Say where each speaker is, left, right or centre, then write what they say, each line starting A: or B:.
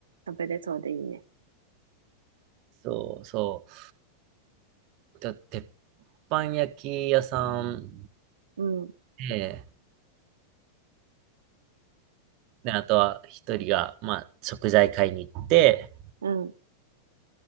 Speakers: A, on the right (about 70°); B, on the right (about 40°).
A: 食べれそうでいいね。
B: そうそう。と、鉄板焼き屋さん
A: うん、
B: で、で、あとは一人が、まあ、食材買いに行って、
A: うん、